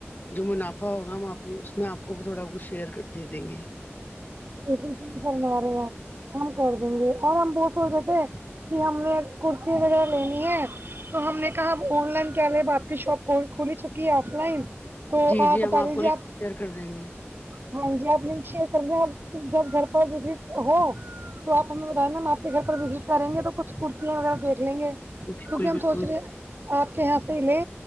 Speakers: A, on the left (about 45°); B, on the right (about 50°).
A: جو منافع ہوگا ہم آپ اس میں آپ کو بھی تھوڑا کچھ شیئر دے دیں گے
B: اسی سے فرما رہے آپ <inaudible> ہم کر دیں گے اور ہم بہت ہو رہے تھے کہ ہم نے کرتی وغیرہ لینی ہے تو ہم نے کہا اب آن لائن کیا لے اب آپ کی شاپ کھل چکی ہے آف لائن تو
A: جی
B: آپ
A: جی
B: بتا
A: ہم
B: دیجیے
A: کو شیئر
B: آپ
A: کر دیں گے
B: ہاں جی آپ لنک شیئر کر رہے آپ جب گھر پہ وزٹ ہو تو آپ ہمیں بتایے نا ہم آپ کے گھر پر وزٹ کریں گے تو کچھ کرتیاں وغیرہ دیکھ لیں گے کیونکہ
A: بالکل
B: ہم
A: بالکل
B: سوچ رہے ہیں آپ کے یہاں سے ہی لے